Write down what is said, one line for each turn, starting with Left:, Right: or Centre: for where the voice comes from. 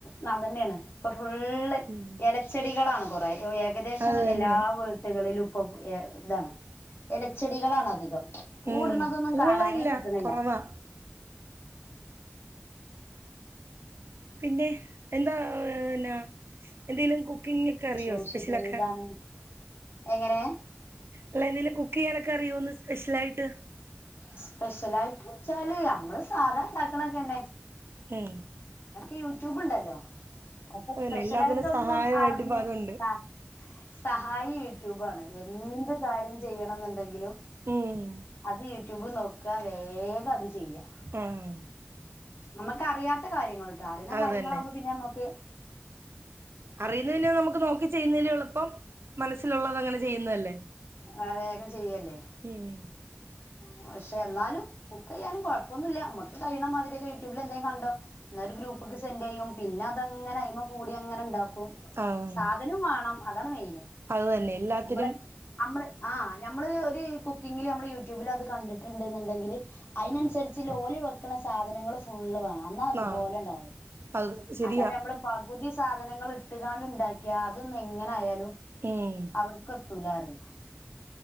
Left: ന്നഅതന്നെണ് ഇപ്പൊ ഫുള്ള്
Right: ഉം
Left: ലച്ചെടികളാണ് കുറേ യോ ഏകദേശം
Right: അത് തന്നെ
Left: എല്ലാ വീ ട് കളിലും പ്പം ഏഹ് താണ് എലച്ചെടികളാണധികം. പൂവ്ട്ണതൊന്നും
Right: ഉം പൂവുള്ളതില്ല
Left: കാണാനേ കിട്ട്ണില്ല.
Right: കുറവാ പിന്നെ എന്താ ഏഹ് നാ എന്തെലും കുക്കിംഗെക്കെ അറിയോ
Left: ശുശ്രൂഷ
Right: സ്പെഷ്യലെക്കെ
Left: ചെയ്താണ് എങ്ങനെ
Right: അല്ല എന്തേലും കുക്കെയ്യാനൊക്കെ അറിയോന്ന് സ്പെഷ്യലായിട്ട്
Left: സ്പെഷ്യലായിട്ട് ച്ചാല് അമ്മള് സാധാ ണ്ടാക്ക്ണൊക്കെന്നെ
Right: ഏഹ്
Left: എനക്ക് യൂട്യൂബ്ണ്ടല്ലോ അപ്പോ
Right: അതന്നെ
Left: സ്പെഷ്യലായിട്ട്
Right: എല്ലാത്തിനും
Left: ഒന്നും
Right: സഹായമായിട്ട്
Left: അറിഞ്ഞിട്ടാ
Right: ഇപ്പ അതുണ്ട്
Left: സഹായി യൂട്യൂബാണ്. എന്ത് കാര്യം ചെയ്യണം എന്തെങ്കിലും
Right: ഉം
Left: അത് യൂട്യൂബ് നോക്ക വേഗം അത് ചെയ്യാ
Right: ഉം
Left: നമ്മക്കറിയാത്ത കാര്യങ്ങൾട്ടോ അറിണ
Right: അത്
Left: കാര്യങ്ങളാവുമ്പോ
Right: തന്നെ
Left: പിന്നെ അമ്മുക്ക്
Right: അറിയുന്ന പിന്നെ നമുക്ക് നോക്കി ചെയ്യുന്നതിലും എളുപ്പം മനസ്സിലുള്ളതങ്ങനെ ചെയ്യുന്നതല്ലേ.
Left: ആഹ് വേഗം ചെയ്യല്ലേ
Right: ഉം
Left: പക്ഷെ എന്നാലും കുക്കെയ്യാലും കൊഴപ്പൊന്നുല്ല്യ മ്മക്ക് കഴിയണ മാതിരിയൊക്കെ യൂട്യൂബിലെന്തെം കണ്ടോ ന്നാ ഒരു ഗ്രൂപ്പ്ക്ക് സെൻ്റെയ്യും പിന്നെ അതങ്ങനെ അയിമ കൂടിയങ്ങനെണ്ടാക്കും.
Right: ആഹ്
Left: അതിനും വാണം അതാണ് മെയിന്
Right: അത് തന്നെ എല്ലാത്തിനും
Left: നമ്മള് നമ്മള് ആ ഞമ്മള് ഒരു കുക്കിങ്ങില് ഞമ്മള് യൂട്യൂബിലത് കണ്ട്ട്ട്ണ്ട്ന്ന്ണ്ടെങ്കില് അയ്നൻസരിച്ച്ല്ലോല് വെക്ക്ണ സാധനങ്ങളും ഫുള്ള് വേണം ന്നാ അതുപോലെ
Right: ആഹ്
Left: ണ്ടാവും
Right: അത് ശരിയാ
Left: അല്ലാതെമ്മള് പകുതി സാധനങ്ങള് ഇട്ട്കാണ്ട് ണ്ടാക്ക്യ അതൊന്ന് എങ്ങനായാലും
Right: ഏഹ്
Left: അവ്ട്ക്കെത്തൂലാറിം